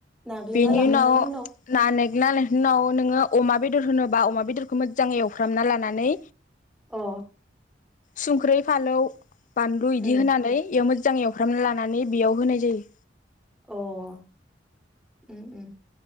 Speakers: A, in the centre; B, on the left.
A: नाग्लिना
B: बेनि
A: लाखांनायनि
B: उनाव ना नै ना उनाव नोङो अमा बेदर होनोबा अमा बेदरखौ मोजाङै एवफ्रामना लानानै
A: अ।
B: सुंख्रै फालौ बानलु इदि
A: उम
B: होनानै इयाव मोज्जां एवफ्रामना लानानै बेयाव होनाय जायो।
A: अ ओम ओम।